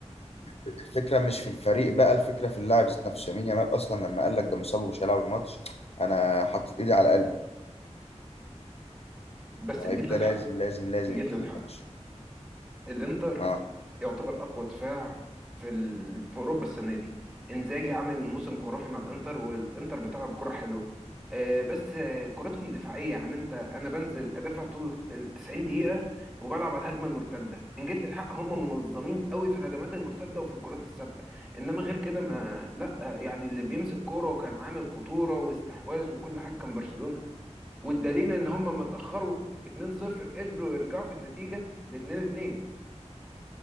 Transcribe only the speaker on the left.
الفكرة مش في الفريق بقى الفكرة في اللاعب ذات نفسه يمين يامال اصلا لما قال لك ده مصاب ومش هيلعب الماتش انا حطيت ايدي على قلبي
لعيب
ده لازم لازم لازم
يبتدي
الماتش
اه